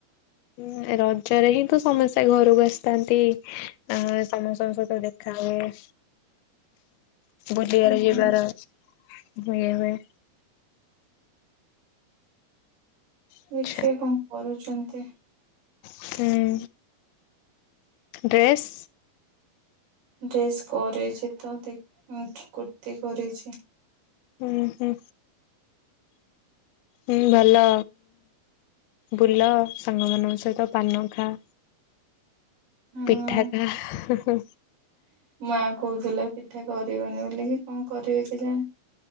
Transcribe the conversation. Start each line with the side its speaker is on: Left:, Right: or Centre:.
Left: ଉଁ ରଜରେ ହିଁ ତ ସମସ୍ତେ ଘରକୁ ଆସିଥାନ୍ତି। ଆ ସମସ୍ତଙ୍କ ସହିତ ଦେଖା ହୁଏ। ବୁଲିବାରେ
Right: ହୁଁ
Left: ଯିବାର ହୁଏ ହୁଏ। ଆଛା
Right: ଦେଖିଆ କଣ କରୁଛନ୍ତି?
Left: ହୁଁ, ଡ୍ରେସ୍
Right: ଡ୍ରେସ୍ କରଛି ତ ଦେଖ କୁର୍ତ୍ତିୀ କରିଛି।
Left: ହୁଁ ହୁଁ। ହୁଁ ଭଲ ବୁଲ ସାଙ୍ଗମାନଙ୍କ ସହିତ ପାନ ଖା।
Right: ହଁ
Left: ପିଠା ଖା।
Right: ମା କହୁଥିଲା ପିଠା କରିବନି ବୋଲିକି କଣ କରିବେ କେଜାଣି।